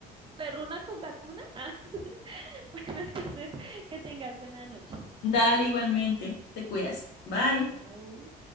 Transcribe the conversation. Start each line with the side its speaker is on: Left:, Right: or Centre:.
Right: perruna con gatuna. <laughs> Ah, <laughs> bueno, entonces que tengas buena noche.
Left: Dale, igualmente. Te cuidas. Bye.
Right: Chao.